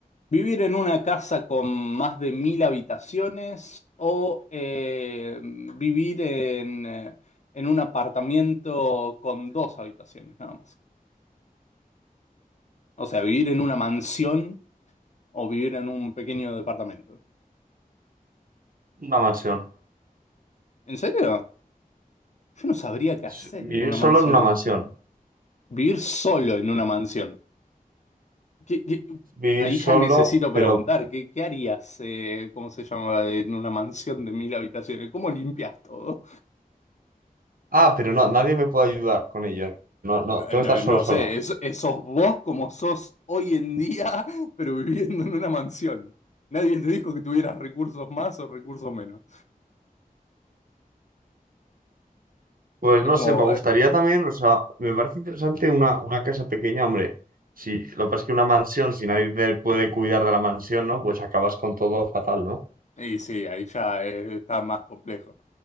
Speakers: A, on the left (about 50°); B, on the right (about 70°).
A: ¿Vivir en una casa con más de mil habitaciones o eh, vivir en, eh, en un apartamento con dos habitaciones, nada más? O sea, vivir en una mansión o vivir en un pequeño departamento.
B: una mansión.
A: ¿En serio? Yo no sabría qué
B: S-
A: hacer
B: Vivir
A: en una
B: solo
A: mansión.
B: en una mansión.
A: Vivir solo en una mansión. ¿Qué- qué-
B: Vivir
A: Ahí
B: solo,
A: ya necesito preguntar,
B: pero...
A: ¿qué, qué harías, eh, cómo se llama, en una mansión de mil habitaciones? ¿Cómo limpias todo?
B: Ah, pero no, nadie me puede ayudar con ello. No, no,
A: Eh,
B: tengo
A: No,
B: que estar solo,
A: no
B: solo.
A: sé, es, es- sos vos como sos hoy en día, <laughs> pero viviendo en una mansión. Nadie te dijo que tuvieras recursos más o recursos menos.
B: Pues
A: Es
B: no
A: como,
B: sé, me gustaría
A: eh,
B: también, o sea, me parece interesante una, una casa pequeña, hombre. Si, lo que pasa es que una mansión, si nadie te puede cuidar de la mansión, ¿no? Pues acabas con todo fatal, ¿no?
A: y sí, ahí ya eh, está más complejo.